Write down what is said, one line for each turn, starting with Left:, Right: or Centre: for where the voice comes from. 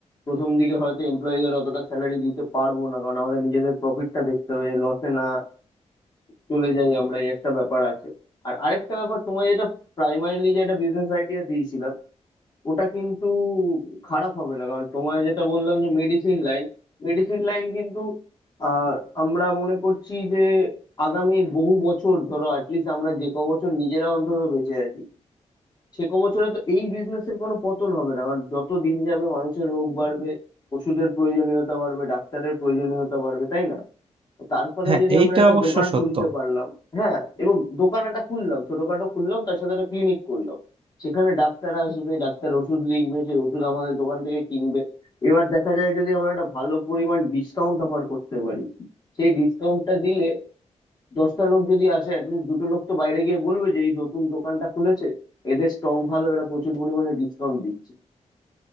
Left: প্রথম দিকে হয়তো এমপ্লয়ীদের অতটা স্যালারি দিতে পারবো না কারণ আমাদের নিজেদের প্রফিটটা দেখতে হবে যে লসে না চলে যাই আমরা এই একটা ব্যাপার আছে আর আরেকটা ব্যাপার তোমায় যেটা প্রাইমারিলি যে একটা বিজনেস আইডিয়া দিয়েছিলাম ওটা কিন্তু খারাপ হবে না কারণ তোমায় যেটা বললাম যে মেডিসিন লাইন মেডিসিন লাইন কিন্তু আহ, আমরা মনে করছি যে আগামী বহু বছর ধরো অ্যাটলিস্ট আমরা যে ক বছর নিজেরা অন্তত বেঁচে আছি সে ক বছরে তো এই বিজনেসের কোনো পতন হবে না কারণ যত দিন যাবে মানুষের রোগ বাড়বে ওষুধের প্রয়োজনীয়তা বাড়বে ডাক্তারের প্রয়োজনীয়তা বাড়বে তাই না তো তার ফলে
Right: হ্যাঁ
Left: যদি
Right: এইটা
Left: আমরা একটা
Right: অবশ্য
Left: দোকান
Right: সত্য
Left: খুলতে পারলাম হ্যাঁ এবং দোকান একটা খুললাম ছোটখাটো খুললাম তার সাথে একটা ক্লিনিক করলাম সেখানে ডাক্তার আসবে ডাক্তার ওষুধ লিখবে সেই ওষুধ আমাদের দোকান থেকে কিনবে এবার দেখা যায় যদি আমরা একটা ভালো পরিমাণ ডিসকাউন্ট অফার করতে পারি সেই ডিসকাউন্টটা দিলে দশটা লোক যদি আসে অ্যাটলিস্ট দুটো লোক তো বাইরে গিয়ে বলবে যে এই নতুন দোকানটা খুলেছে এদের স্টক ভালো এরা প্রচুর পরিমাণে ডিসকাউন্ট দিচ্ছে